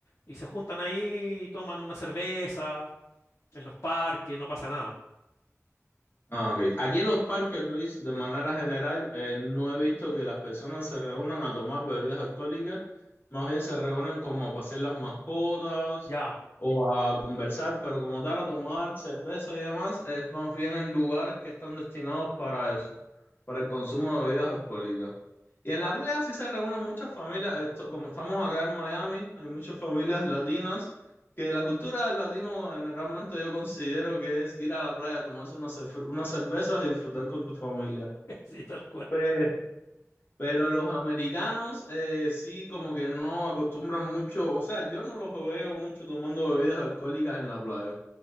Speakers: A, on the left; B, on the left.
A: y se juntan ahí y toman una cerveza en los parques, no pasa nada.
B: Ah, ok. Aquí en los parques, Luis, de manera general, eh, no he visto que las personas se reúnan a tomar bebidas alcohólicas, más bien se reúnen como a pasear las mascotas
A: Ya,
B: o a conversar, pero como tal, a tomar cerveza y demás, es más bien en lugares que están destinados para eso, para el consumo de bebidas alcohólicas. Y en la playa sí se reúnen muchas familias, esto, como estamos acá en Miami, hay muchas familias latinas que la cultura del latino generalmente yo considero que es ir a la playa, tomarse unas, cerve- unas cervezas y disfrutar con tu familia.
A: Sí, tal cual.
B: Pe- Pero los americanos eh, sí como que no acostumbran mucho, o sea, yo no los veo mucho tomando bebidas alcohólicas en la playa.